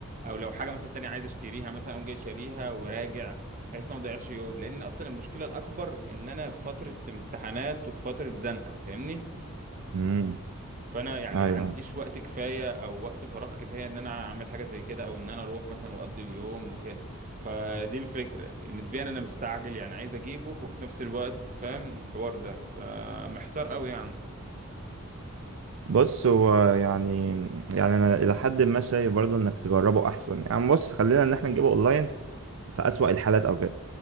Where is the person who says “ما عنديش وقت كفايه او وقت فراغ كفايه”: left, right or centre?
Right